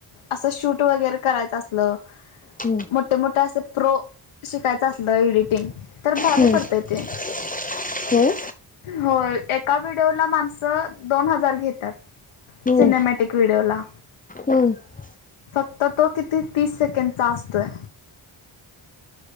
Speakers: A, on the left; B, on the left.
A: असं शूट वगैरे करायचं असलं-
B: हम्म
A: मोठे मोठे असं प्रो शिकायचं असलं, एडिटिंग तर भारी
B: हम्म
A: पडतंय ते.
B: <unintelligible>
A: होय. एका व्हिडिओला माणसं दोन हजार घेतात.
B: हम्म
A: सिनॅमॅटिक व्हिडिओला.
B: हम्म
A: फक्त तो किती तीस सेकंदचा असतोय.